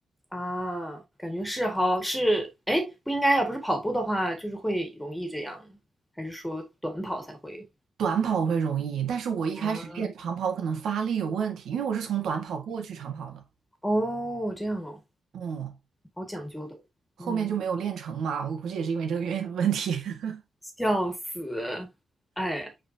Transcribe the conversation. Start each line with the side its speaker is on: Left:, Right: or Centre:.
Centre: 啊，感觉是好是，哎，不应该啊，不是跑步的话，就是会容易这样，还是说短跑才会
Right: 短跑我会容易，但是我一开始练长跑，
Centre: 啊？
Right: 我可能发力有问题，因为我是从短跑过去长跑的，
Centre: 哦，这样哦。
Right: 嗯，
Centre: 好讲究的，
Right: 后面就没有练成嘛，
Centre: 嗯，
Right: 我估计也是因为这个原因的问题。<laughs>
Centre: 笑死，哎，